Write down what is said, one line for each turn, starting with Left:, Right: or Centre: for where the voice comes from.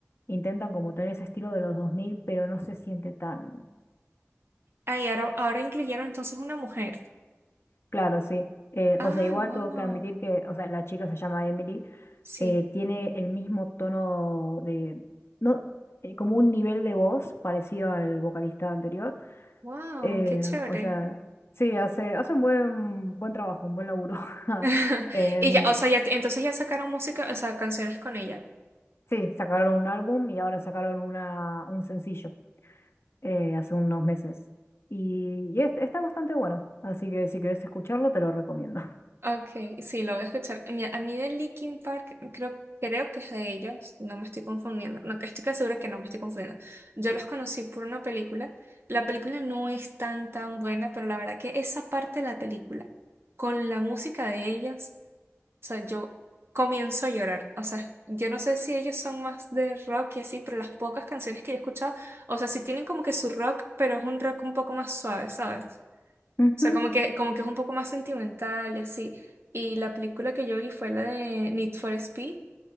Left: intentan como tener ese estilo de los 2000 pero no se siente tan...
Right: Ah, y ahora, ahora incluyeron entonces una mujer.
Left: Claro, sí. Eh,
Right: Ah,
Left: o sea, igual
Right: wow.
Left: tuvo que admitir que, o sea, la chica se llama Emily
Right: Sí.
Left: eh, tiene el mismo tono de, no, eh, como un nivel de voz parecido al vocalista anterior.
Right: Wow,
Left: Eh,
Right: qué chévere.
Left: o sea, sí, hace, hace un buen, buen trabajo, un buen laburo. <laughs>
Right: <laughs>
Left: Em,
Right: Y ya, o sea, ya, entonces ya sacaron música, o sea, canciones con ella.
Left: sí, sacaron un álbum y ahora sacaron una, un sencillo eh, hace unos meses. Y, y es- está bastante bueno, así que si querés escucharlo, te lo recomiendo.
Right: Ok, sí, lo voy a escuchar. Mira, a mí de Linkin Park, creo, creo que es de ellos, no me estoy confundiendo. No, que estoy casi segura que no me estoy confundiendo. Yo los conocí por una película. La película no es tan, tan buena, pero la verdad que esa parte de la película, con la música de ellos. O sea, yo comienzo a llorar. O sea, yo no sé si ellos son más de rock y así, pero las pocas canciones que yo he escuchado, o sea, sí tienen como que su rock, pero es un rock un poco más suave, ¿sabes?
Left: <laughs> Ujú,
Right: O sea, como que, como que es un poco más sentimental y así. Y la película que yo vi fue la de Need for Speed